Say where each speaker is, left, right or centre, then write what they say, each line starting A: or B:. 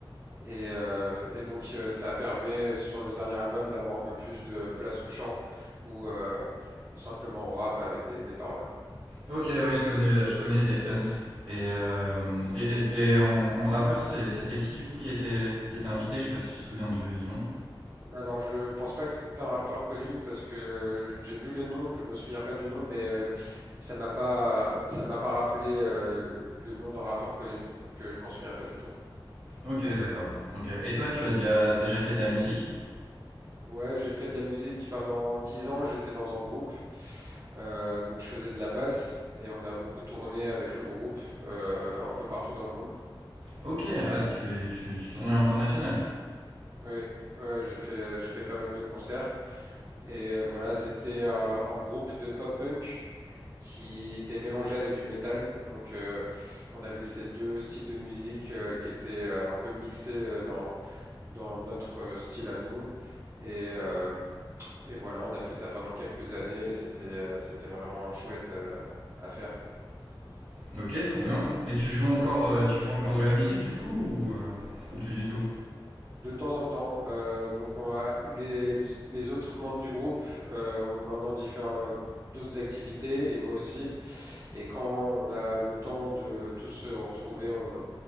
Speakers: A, on the right (about 30°); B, on the right (about 75°).
A: Et, euh, et donc euh, ça permet euh, sur le dernier album d'avoir un peu plus de place au chant ou, euh, ou simplement au rap avec des des paroles.
B: Ok, ouais, je connais, je connais Deftones. Et, euh, et, et- et en, en rappeur, c'est- c'était qui du coup qui était, qui était invité? Je sais pas si tu te souviens du, du nom.
A: Alors, je pense pas que c'était un rappeur connu parce que euh, j'ai vu le nom, je me souviens pas du nom, mais euh, ça m'a pas, ça m'a pas rappelé euh, le nom d'un rappeur connu, donc euh, je m'en souviens pas du tout.
B: Ok, d'accord. Ok. Et toi, tu as déjà, déjà fait de la musique?
A: Ouais, j'ai fait de la musique pendant 10 ans, j'étais dans un groupe, euh, donc je faisais de la basse et on a beaucoup tourné avec le groupe euh, un peu partout dans le monde.
B: Ok, ah, tu, tu, tu tournes à l'international.
A: Oui, ouais, j'ai fait, euh, j'ai fait pas mal de concerts. Et euh, voilà, c'était euh, en groupe de pop-punk qui était mélangé avec du métal. Donc euh, on avait ces deux styles de musique euh, qui étaient euh, un peu mixés euh, dans, dans notre euh, style à nous. Et, euh, et voilà, on a fait ça pendant quelques années et c'était, euh, c'était vraiment chouette euh, à faire.
B: Ok, trop bien. Et tu joues encore, euh, tu fais encore de la musique du coup ou, euh, ou plus du tout?
A: De temps en temps, heu, donc on va les les les autres membres du groupe, heu, ont maintenant différents euh, d'autres activités et moi aussi et quand on a le temps de tous se retrouver, on